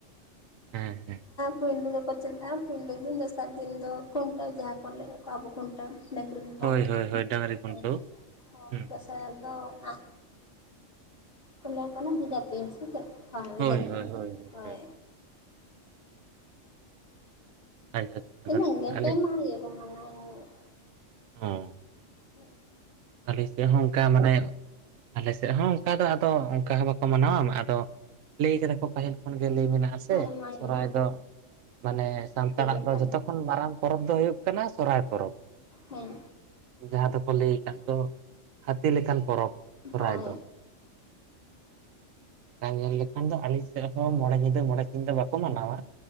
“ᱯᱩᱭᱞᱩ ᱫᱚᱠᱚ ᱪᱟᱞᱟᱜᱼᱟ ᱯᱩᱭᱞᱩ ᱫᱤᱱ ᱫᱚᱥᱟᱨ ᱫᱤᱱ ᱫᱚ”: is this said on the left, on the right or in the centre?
Left